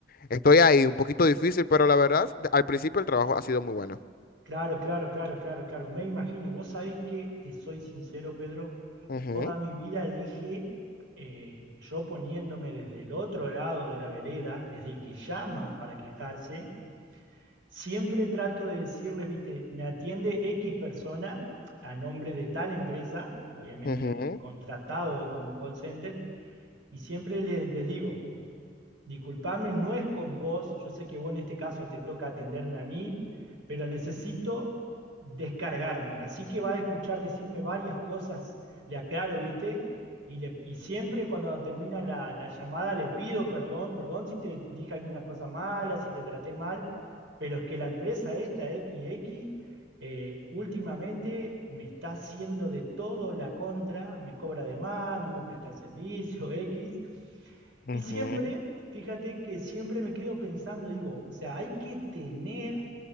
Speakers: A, on the left (about 50°); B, on the right (about 85°).
A: estoy ahí un poquito difícil, pero la verdad, al principio el trabajo ha sido muy bueno.
B: Claro, claro, claro, claro, claro. Me imagino. Vos sabés que, te soy sincero, Pedro,
A: Ujú,
B: toda mi vida dije, eh, yo poniéndome desde el otro lado de la vereda, desde el que llama para quejarse, siempre trato de decirles, viste, me atiende X persona a nombre de tal empresa, obviamente
A: ujú.
B: contratado como call center, y siempre les, les digo, Disculpame, no es con vos. Yo sé que vos en este caso te toca atenderme a mí, pero necesito descargarme. Así que va a escuchar decirme varias cosas, le aclaro, ¿viste? Y, le- y siempre cuando termina la, la llamada le pido perdón, perdón si te dije alguna cosa mala, si te traté mal, pero es que la empresa esta, XX, eh, últimamente me está haciendo de todo la contra, me cobra de más, no me presta el servicio, X. Y
A: ujú.
B: siempre, fíjate que siempre me quedo pensando, digo, o sea, hay que tener